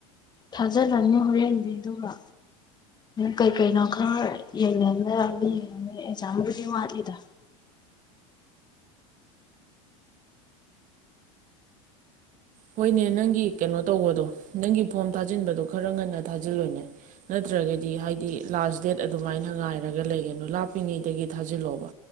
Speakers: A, on the left; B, on the right.
A: ꯊꯥꯖꯤꯜꯂꯅꯤ ꯍꯣꯔꯦꯟꯗꯤ ꯑꯗꯨꯒ ꯀꯩꯀꯩꯅꯣ ꯈꯔ ꯌꯦꯡꯅ ꯌꯦꯡꯉꯅꯤ ꯑꯦꯛꯖꯥꯝꯕꯨꯗꯤ ꯋꯥꯠꯂꯤꯗ꯫
B: ꯍꯣꯏꯅꯦ ꯅꯪꯒꯤ ꯀꯩꯅꯣ ꯇꯧꯕꯗꯣ ꯅꯪꯒꯤ ꯐꯣꯝ ꯊꯥꯖꯤꯟꯕꯗꯣ ꯈꯔ ꯉꯟꯅ ꯊꯥꯖꯤꯜꯂꯣꯅꯦ ꯅꯠꯇ꯭ꯔꯒꯗꯤ ꯍꯥꯏꯗꯤ ꯂꯥꯁ ꯗꯦꯠ ꯑꯗꯨꯃꯥꯏꯅ ꯉꯥꯏꯔꯒ ꯂꯩꯒꯅꯨ ꯂꯥꯞꯄꯤꯉꯩꯗꯒꯤ ꯊꯥꯖꯤꯜꯂꯣꯕ